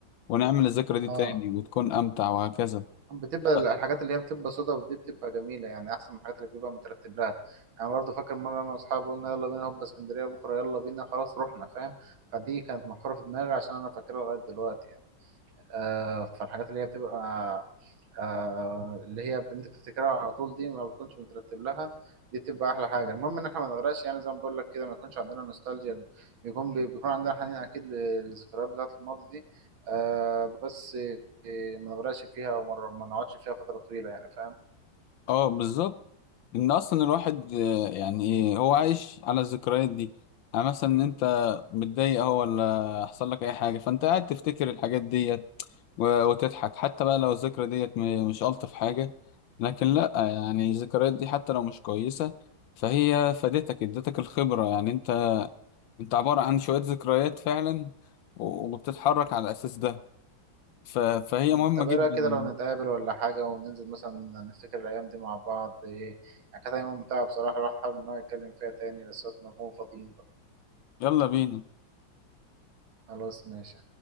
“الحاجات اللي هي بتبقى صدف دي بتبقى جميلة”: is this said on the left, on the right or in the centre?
Right